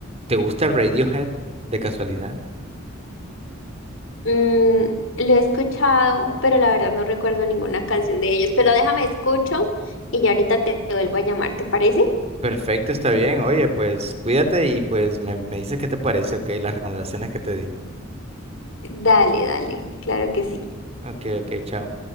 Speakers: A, on the right; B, on the left.
A: ¿te gusta Radiohead de casualidad?
B: Mm, lo he escuchado, pero la verdad no recuerdo ninguna canción de ellos. Pero déjame escucho y ya ahorita te vuelvo a llamar, ¿te parece?
A: Perfecto, está bien. Oye, pues cuídate y pues me, me dices qué te parece, ok, las recomendaciones que te di.
B: Dale, dale, claro que sí.
A: Ok, ok, chao.